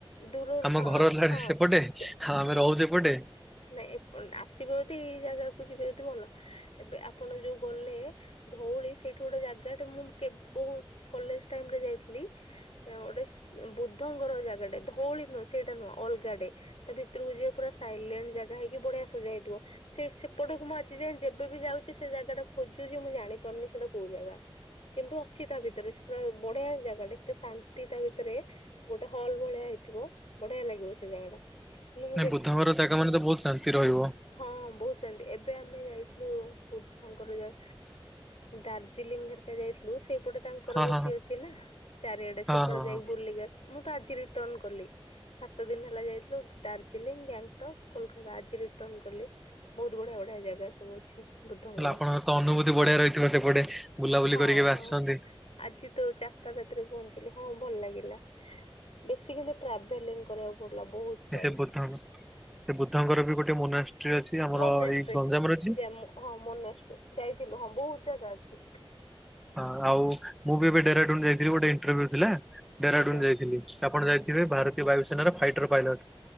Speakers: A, on the left; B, in the centre.
A: ଦୂରରୁ
B: ଆମ
A: ହଁ
B: ଘର
A: ଆପ
B: ହେଲାଣି
A: ହଁ
B: ସେପଟେ
A: ସେ
B: ହଁ ଆମେ ରହୁଛେ ଏପଟେ
A: ନାଇଁ ଏ ପ ଆସିବେ ଯଦି ଏଇ ଜାଗାକୁ ଯିବେ ଯଦି ଭଲ ଏବେ ଆପଣ ଯୋଉ ଗଲେ ଧଉଳି ସେଇଠୁ ଗୋଟେ ଜାଗା ଟେ ମୁଁ କେବ ବହୁ କଲେଜ ଟାଇମ ରେ ଯାଇଥିଲି। ଗୋଟେ ବୁଦ୍ଧଙ୍କର ଜାଗାଟେ ଧଉଳି ନୁହଁ ସେଇଟା ନୁହଁ ଅଲଗାଟେ ତା ଭିତରକୁ ଯିବ ପୁରା ସାଇଲେଣ୍ଟ ଜାଗା ହେଇକି ବଢିଆ ସଜା ହେଇଥିବ। ସେ ସେପଟକୁ ମୁଁ ଆଜି ଯାଏ ଯେବେ ବି ଯାଉଛି ସେ ଜାଗା ଟା ଖୋଜୁଛି ମୁଁ ଜାଣିପାରୁନି ସେଟା କୋଉ ଜାଗା। କିନ୍ତୁ ଅଛି ତା ଭିତରେ ସେ ପୁରା ବଢିଆ ଜାଗା ଟେ ଏତେ ଶାନ୍ତି ତା ଭି ଭିତରେ ଗୋଟେ ହଲ୍ ଭଳିଆ ହେଇଥିବ ବଢିଆ ଲାଗିବ ସେ ଜାଗା ଟା। କିନ୍ତୁ ମୁଁ
B: ନାଇଁ ବୁଦ୍ଧଙ୍କର ଜାଗା ମାନେ ତ ବହୁତ ଶାନ୍ତି ରହିବ।
A: ହଁଁ ବହୁତ ଶାନ୍ତି ଏବେ ଆମେ ଯାଇଥିଲୁ ବୁଦ୍ଧଙ୍କର ଜାଗ ଦାର୍ଜିଲିଂ ହରିକା ଯାଇଥିଲୁ ସେଇପଟେ ତାଙ୍କର
B: ହଁ
A: ବେଶୀ
B: ହଁ ହଁ
A: ଅଛି ନା ଚାରିଆଡେ ସେପଟେ
B: ହଁ ହଁ
A: ଯାଇ।
B: ହଁ।
A: ଲିଗସ ମୁଁ ତ ଆଜି ରିଟର୍ଣ କଲି। ସାତ ଦିନ ହେଲା ଯାଇଥିଲୁ ଦାର୍ଜିଲିଂ ଗ୍ୟାଙ୍ଗଟକ କୋଲକତା ଆଜି ରିଟର୍ଣ କଲି। ବହୁତ ବଢିଆ ବଢିଆ ଜାଗା ସବୁ ଅଛି। ବୁଦ୍ଧଙ୍କର
B: ହେଲେ ଆପଣଙ୍କ ତ ଅନୁଭୂତି ବଢିଆ ରହିଥିବ ସେପଟେ ବୁଲାବୁଲି
A: ହଁ
B: କରିକି ଏବେ
A: ହଁ।
B: ଆସିଛନ୍ତି।
A: ଆଜି ତ ଚାରିଟା ରାତିରେ ପହଞ୍ଚିଲି ହଁ ଭଲ ଲାଗିଲା। ହେଲା ବେଶୀ କିନ୍ତୁ ଟ୍ରାଭେଲିଂ କରିବାକୁ ପଡିଲା ବହୁତ। ଟାଇମ
B: ସେ ବୁଦ୍ଧ ସେ ବୁଦ୍ଧଙ୍କର ବି ଗୋଟେ ମୋନାଷ୍ଟ୍ରି ଅଛି ଆମର
A: ମୋନାଷ୍ଟ୍ରି।
B: ଏଇ ଗଞ୍ଜାମରେ ଅଛି।
A: ଯେ ହଁ ମୋନାଷ୍ଟ୍ରୀ ଯାଇଥିଲୁ ହଁ ବହୁତ ଜାଗା ଅଛି।
B: ହଁ ଆଉ ମୁଁ ବି ଏବେ ଡେରାଡୁନ ଯାଇଥିଲି ଗୋଟେ ଇଣ୍ଟର୍ଭ୍ୟୁ ଥିଲା। ଡେରାଡୁନ
A: ଆଜ୍ଞା
B: ଯାଇଥିଲି ସେ ଆପଣ ଯାଇଥିବେ ଭାରତୀୟ ବାୟୁସେନାର ଫାଇଟର ପାଇଲଟ।